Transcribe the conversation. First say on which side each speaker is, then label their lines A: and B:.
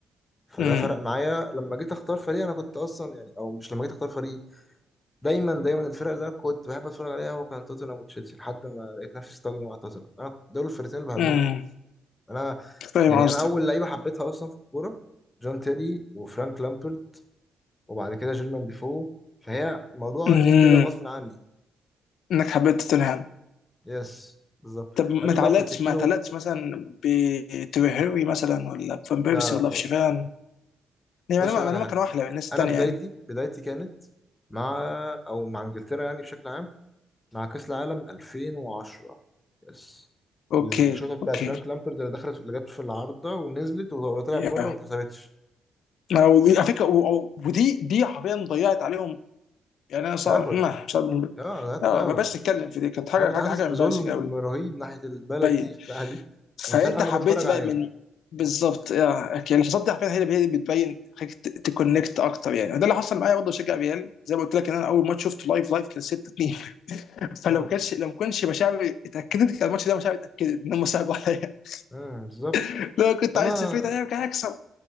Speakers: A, on the left; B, on the left.
A: فده
B: امم
A: فرق معايا لما جيت اختار فريق انا كنت اصلا يعني او مش لما جيت اختار فريق دايما دايما الفرق اللي انا كنت بحب اتفرج عليها هو كان توتنهام وتشيلسي لحد ما لقيت نفسي استجنوا على توتنهام انا دول الفرقتين اللي بحبهم
B: امم
A: انا
B: فاهم
A: يعني
B: قصدك
A: انا اول لعيبه حبيتها اصلا في الكوره جون تيري وفرانك لامبرد وبعد كده جيرمان ديفو فهي موضوع
B: امم
A: جاي كده غصب عني
B: انك حبيت توتنهام
A: يس بالظبط
B: طب ما
A: بعدين
B: تعلقتش
A: بقى بوتشيتينو
B: ما تعلقتش مثلا بتريهيري مثلا ولا بفان بيرسي
A: لا لا
B: ولا
A: خالص
B: بشيفان يعني
A: بص
B: ما
A: اقول لك على حاجه
B: كانوا احلى من الناس التانية
A: انا بدايتي
B: يعني
A: بدايتي كانت مع او مع انجلترا يعني بشكل عام مع كأس العالم 2010 يس
B: اوكي
A: الشوطة بتاعت
B: اوكي
A: فرانك لامبرد اللي دخلت اللي جت في العارضة ونزلت وطلعت
B: يا
A: بره وما اتحسبتش
B: أنا ودي- على فكره و- و- ودي دي حرفيا ضيعت عليهم يعني انا صار
A: تأهل
B: ما مش عارف
A: اه ده التأهل
B: لا ما بقاش نتكلم في دي كانت حاجه
A: انا كنت
B: حاجه
A: حاسس
B: حاجه
A: بظلم
B: امبارسنج قوي
A: رهيب ناحية البلد
B: باين
A: دي في الساعة دي
B: فانت
A: ومن ساعتها انا
B: حبيت
A: بتفرج عليهم
B: بقى من بالظبط يا اوكي الحصاد دي حرفيا هي اللي هي اللي بتبين خليك ت- تكونكت اكتر يعني ده اللي حصل معايا برضه بشجع ريال زي ما قلت لك ان انا اول ماتش شفته لايف لايف كان 6 2 <laughs> فلو
A: امم
B: كانش لو ما كانش مشاعري اتاكدت كان الماتش ده مشاعري اتاكدت ان هم ساقوا عليا
A: امم بالظبط
B: <laughs> لو كنت
A: فانا
B: عايز تفريد عليا كان هيكسب